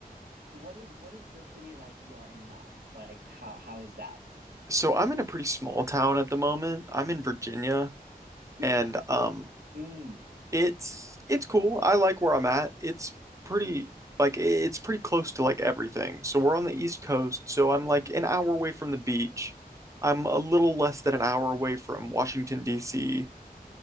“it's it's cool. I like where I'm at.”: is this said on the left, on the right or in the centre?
Right